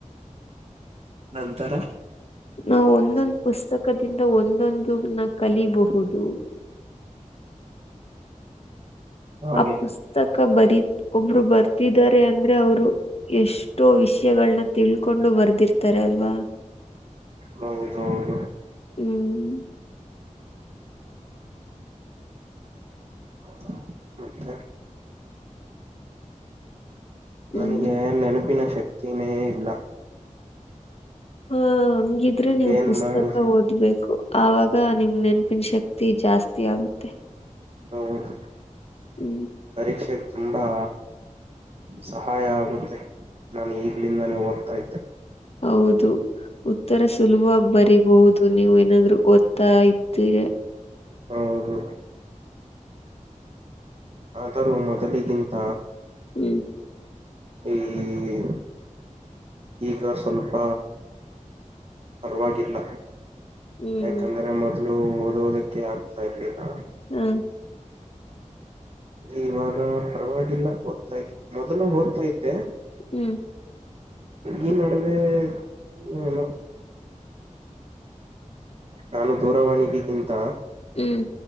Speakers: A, on the right; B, on the left.
A: ನಂತರ
B: ನಾವು ಒಂದೊಂದು ಪುಸ್ತಕದಿಂದ ಒಂದೊಂದು ನ ಕಲಿಯಬಹುದು.
A: ಹಾಗೆ
B: ಆ ಪುಸ್ತಕ ಬರೀ ಒಬ್ರು ಬರ್ತಿದ್ದಾರೆ ಅಂದ್ರೆ ಅವರು. ಎಷ್ಟೋ ವಿಷಯಗಳನ್ನ ತಿಳ್ಕೊಂಡು ಬರ್ದಿರ್ತಾರೆ ಅಲ್ವಾ.
A: ಹೌದೌದು
B: ಹ್ಮ್
A: ಹ <unintelligible>
B: ಹ್ಮ್
A: ನನಗೆ ನೆನಪಿನ ಶಕ್ತಿನೇ ಇಲ್ಲ...
B: ಹಾ ಹಂಗಿದ್ರೆ ನೀವು
A: ಏನ್
B: ಪುಸ್ತಕ
A: ಮಾಡುದು
B: ಓದ್ಬೇಕು. ಆವಾಗ ನಿಮ್ ನೆನಪಿನ ಶಕ್ತಿ ಜಾಸ್ತಿ ಆಗುತ್ತೆ.
A: ಹೌದು
B: ಹ
A: ಪರೀಕ್ಷೆ ತುಂಬಾ. ಸಹಾಯ ಆಗುತ್ತೆ ನಾನು ಈಗ್ಲಿಂದಾನೇ ಓದ್ತಾ ಇದ್ದೆ.
B: ಹೌದು ಉತ್ತರ ಸುಲಭವಾಗಿ ಬರಿಬಹುದು ನೀವು ಏನಂದ್ರು ಓದ್ತಾ ಇದ್ದೀರೆ.
A: ಹೌದು. ಆದರೂ ಮೊದಲಿಗಿಂತ.
B: ಹ್ಞೂ
A: <unintelligible> ಈಗ ಸ್ವಲ್ಪ ಪರವಾಗಿಲ್ಲ
B: ಹ್ಮ್
A: ಯಾಕಂದ್ರೆ ಮೊದಲು ಓದೋದಕ್ಕೆ ಆಗ್ತಾ ಇರ್ಲಿಲ್ಲ.
B: ಹ್ಮ್ <unintelligible>
A: ಇವಾಗ ಪರವಾಗಿಲ್ಲ ಓದ್ತಾತಿ ಮೊದಲು ಓದ್ತಾದ್ದೆ.
B: ಹ್ಮ್
A: ಈ ನಡುವೆ <unintelligible> ನಾನು ದೂರವಾಣಿಗೆಗಿಂತ
B: ಹ್ಮ್